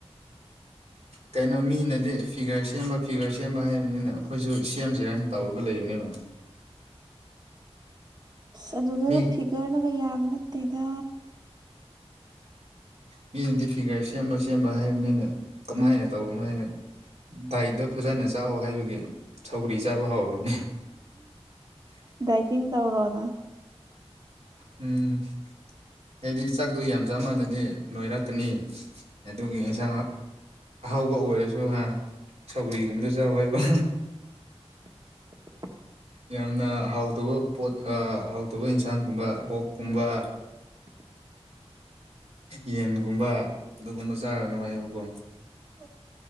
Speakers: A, on the right (about 80°); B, on the right (about 40°).
A: ꯀꯩꯅꯣ ꯃꯤꯅꯗꯤ ꯐꯤꯒꯔ ꯁꯦꯝꯕ ꯐꯤꯒꯔ ꯁꯦꯝꯕ ꯍꯥꯏꯕꯅꯤꯅ ꯑꯩꯈꯣꯏ ꯑꯩꯈꯣꯏꯁꯨ ꯁꯦꯝꯁꯤꯔꯅ ꯇꯧꯔꯒ ꯂꯩꯕꯅꯦꯕ
B: <unintelligible> ꯑꯁ ꯑꯗꯨꯗꯒ
A: ꯃꯤ
B: ꯐꯤꯒꯔꯅꯒ ꯌꯥꯕ ꯅꯠꯇꯦꯗ
A: ꯃꯤꯅꯗꯤ ꯐꯤꯒꯔ ꯁꯦꯝꯕ ꯁꯦꯝꯕ ꯍꯥꯏꯕꯅꯤꯅ ꯀꯃꯥꯏꯅ ꯇꯧꯕꯅꯣ ꯍꯥꯏꯅ ꯗꯥꯏꯠꯇ ꯐꯖꯅ ꯆꯥꯛꯑꯣ ꯍꯥꯏꯕꯒꯤ ꯁꯧꯒ꯭ꯔꯤ ꯆꯥꯕ ꯍꯧꯔꯅꯤ
B: ꯗꯥꯏꯇꯤꯡ ꯇꯧꯔꯣꯅ
A: ꯎꯝ ꯍꯥꯏꯗꯤ ꯍꯇꯥꯛꯇꯣ ꯌꯥꯝ ꯆꯞ ꯃꯥꯜꯂꯗꯤ ꯅꯣꯏꯔꯛꯀꯅꯤ ꯑꯗꯨꯒꯤ ꯑꯦꯟꯁꯥꯡ ꯑꯍꯥꯎꯕ ꯑꯣꯏꯔꯁꯨ ꯍꯥ ꯁꯧꯒꯔꯤꯒꯨꯝꯕꯗ ꯆꯥꯎꯋꯩꯕ
B: <unintelligible>
A: ꯌꯥꯝꯅ ꯍꯥꯎꯇꯕ ꯄꯣꯠ ꯍꯥꯎꯇꯕ ꯏꯟꯁꯥꯡꯒꯨꯝꯕ ꯑꯣꯛꯀꯨꯝꯕ
B: <unintelligible>
A: ꯌꯦꯟꯒꯨꯝꯕ ꯑꯗꯨꯒꯨꯝꯕ ꯆꯥꯔꯅꯨ ꯍꯥꯏꯕꯀꯣ
B: ꯎꯝ